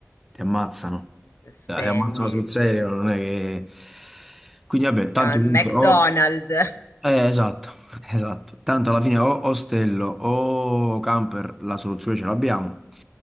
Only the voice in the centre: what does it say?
ti ammazzano,
Eh, ti Dai. ammazzano sul
serio, non è che... Quindi vabbè, tanto
comunque
o... Eh, esatto, <laughs> esatto, tanto alla fine o ostello o camper la soluzione ce l'abbiamo.